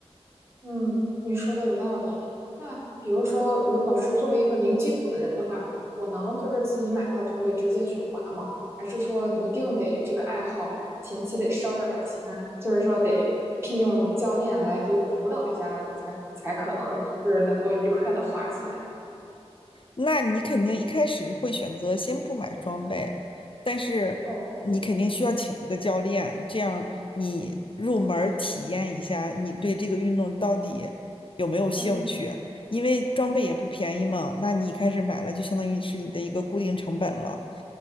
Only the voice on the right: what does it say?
嗯，你说的有道理。那比如说，如果是作为一个零基础的人的话，我能就是自己买套装备直接去滑吗？还是说一定得这个爱好前期得烧点儿钱，就是说得聘用教练来给我辅导一下子，才才可能就是能够愉快的滑起来？
哦，
嗯